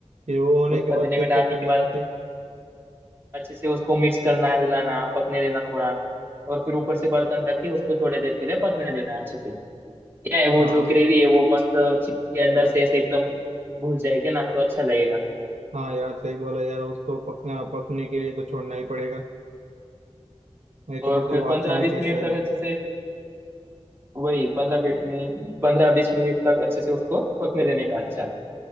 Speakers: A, on the right; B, on the right.
A: फिर वो होने
B: उस
A: के
B: पतीले
A: बाद फिर
B: में डालने
A: क्या करने
B: के बाद
A: का
B: अच्छे
A: फिर
B: अच्छे से उसको मिक्स करना हिलाना पकने देना थोड़ा और फिर ऊपर से बर्तन रख के उसको थोड़ी देर के लिए पकने देना अच्छे से क्या है वो
A: हाँ
B: जो ग्रेवी है वो मस्त चिकन के अंदर से ऐसे एकदम घुस जाएगी ना तो अच्छा लगेगा
A: हाँ यार सही बोला यार उसको पकना पकने के लिए तो छोड़ना ही पड़ेगा नहीं तो
B: और
A: मतलब
B: फिर
A: वो
B: पंद्रह
A: अच्छा नहीं
B: बीस
A: टेस्ट
B: मिनट
A: आएगा
B: तक अच्छे से वही पंद्रह बीस मिनट पंद्रह बीस मिनट तक अच्छे से उसको पकने देने का अच्छा